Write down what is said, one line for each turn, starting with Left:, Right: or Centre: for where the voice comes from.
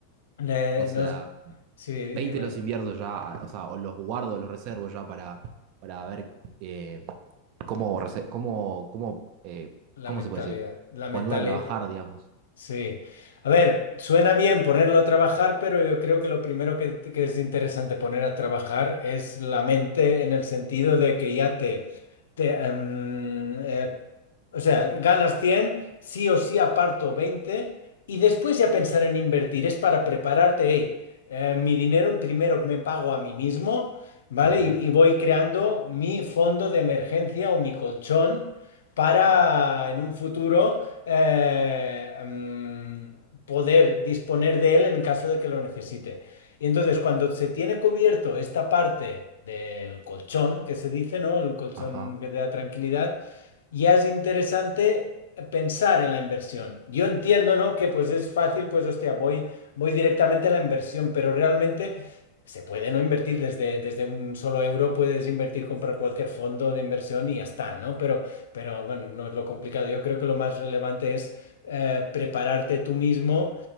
Left: Le-
Right: O sea,
Left: nos- sí, dime,
Right: veinte los invierto ya, ah, o sea, o los guardo, los reservo ya para, para ver eh, cómo, rese- cómo, cómo, eh,
Left: la
Right: cómo
Left: mentalidad,
Right: se puede decir,
Left: la mentalidad.
Right: ponerla a trabajar, digamos.
Left: Sí. A ver, suena bien ponerlo a trabajar, pero yo creo que lo primero que, que es interesante poner a trabajar es la mente en el sentido de que ya te, te, em, eh, o sea, ganas 100 sí o sí aparto 20 y después ya pensar en invertir. Es para prepararte, hey, eh, mi dinero primero me pago a mí mismo, ¿vale?
Right: Ok,
Left: Y, y voy creando mi fondo de emergencia o mi colchón para en un futuro eh, mm, poder disponer de él en caso de que lo necesite. Y entonces, cuando se tiene cubierto esta parte del colchón, que se dice, ¿no? El colchón
Right: ajá.
Left: que te da tranquilidad ya es interesante pensar en la inversión. Yo entiendo, ¿no? Que pues es fácil, pues hostia, voy, voy directamente a la inversión, pero realmente se puede no invertir desde, desde un solo euro, puedes invertir, comprar cualquier fondo de inversión y ya está, ¿no? Pero, pero bueno, no es lo complicado. Yo creo que lo más relevante es eh, prepararte tú mismo